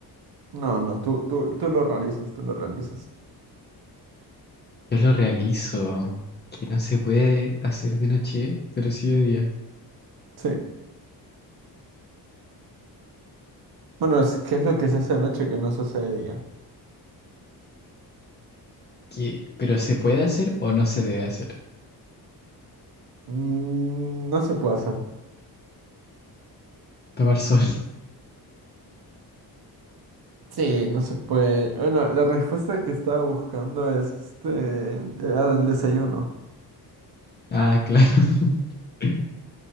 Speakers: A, on the right; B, on the left.
A: No, no, tú, tú, tú lo realizas, tú lo realizas.
B: Yo lo realizo. Que no se puede hacer de noche, pero sí de día.
A: Sí. Bueno, es que es lo que se hace de noche que no se hace de día.
B: Que... Pero se puede hacer o no se debe hacer.
A: Mm, no se puede hacer.
B: Tomar sol. <laughs>
A: Sí, no se puede. Bueno, la respuesta que estaba buscando es este, ah, el desayuno.
B: Ah, claro. <laughs>